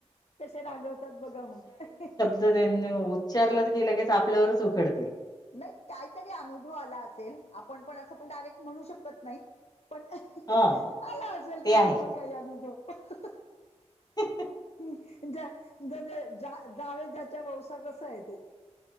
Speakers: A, on the left; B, on the left.
A: कसे रागवतात बघा मग <unintelligible>
B: त्यां <unintelligible> उच्चारलं की लगेच आपल्यावरच उकडतील <unintelligible> <unintelligible>
A: नाही काहीतरी अनुभव आला असेल आपण पण असं पण डायरेक्ट म्हणू शकत नाही <unintelligible> पण आला
B: ह
A: असेल
B: ते
A: त्यांना
B: आहे
A: पण काही अनुभव <unintelligible>
B: ह <unintelligible> <unintelligible>
A: म्हजे जावेजाच्या व्यवसा कस आहे ते <unintelligible> <unintelligible>